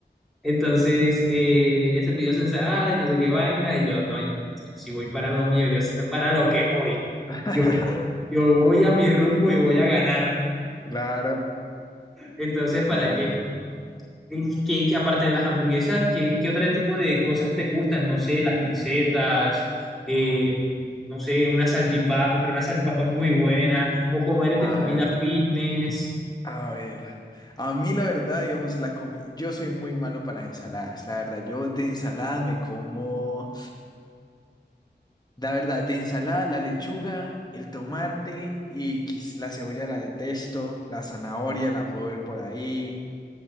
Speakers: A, in the centre; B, on the left.
A: Entonces, eh, ella se pidió su ensalada y no sé qué vaina, y yo, no, yo, yo sí voy para lo mío, yo sé para lo que voy.
B: <laughs>
A: Yo, yo voy a mi rumbo y voy a ganar.
B: Claro,
A: Entonces, ¿para
B: una idea.
A: qué?
B: de todo.
A: Eh, Y que, que aparte de las hamburguesas, ¿qué, qué otro tipo de cosas te gustan? No sé, las pizzetas, eh,
B: Mm, mm.
A: no sé, una salchipapa, pero una salchipapa muy buena, o comer de
B: A,
A: comida fitness,
B: a ver, a mí la verdad, digamos, la comi yo soy muy malo para las ensaladas, la verdad, yo de ensaladas me como, la verdad, de ensalada la lechuga, el tomate y quiz- la cebolla la detesto, la zanahoria la puedo ver por ahí,